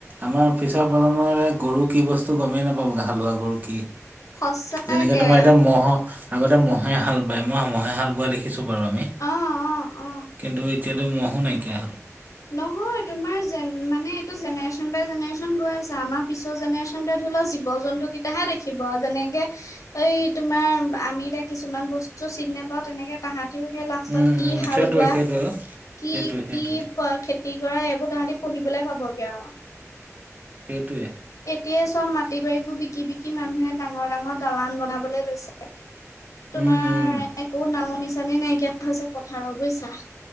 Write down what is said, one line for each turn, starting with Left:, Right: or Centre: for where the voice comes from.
Right: আমাৰ পিছৰ প্ৰজন্মৰে গৰু কি বস্তু গময়ে নাপাব হালোৱা গৰু কি
Left: সঁচাকে
Right: যেনেকে তোমাৰ এতিয়া মহ' আগতে মহে হাল বায়, মই মহে হাল বোৱা দেখিছো বাৰু আমি
Left: অ অ অ
Right: কিন্তু এতিয়াতো মহো নাইকিয়া হ'ল
Left: নহয় তোমাৰ জন মানে এইটো জেনেৰেশ্যন বাই জেনেৰেশ্যন গৈ আছে আমাৰ পিছৰ জেনেৰেশ্যন তোৱে ধৰিলওক জীৱ জন্তুকেইটাহে দেখিব যেনেকে এই তোমাৰ আমি এতিয়া কিছুমান বস্তু দিনে পা তেনেকে তাহাঁতিও সেই লাষ্টত
Right: উম
Left: কি
Right: উম
Left: হাল
Right: সেইটোৱে
Left: বোৱা
Right: সেইটোৱে
Left: কি,
Right: সেইটোৱে সেইটোৱে
Left: কি খেতি কৰা এইবোৰ তাহতি পঢ়িবলে পাবগে আৰু
Right: সেইটোৱে
Left: এতিয়াই চব মাটি বাৰীবোৰ বিকি, বিকি মানুহে ডাঙৰ ডাঙৰ দালান বনাবলৈ লৈছে তোমাৰ
Right: উম উম
Left: একো নামনি চানি নাইকিয়া হৈছে পথাৰৰ বুইছা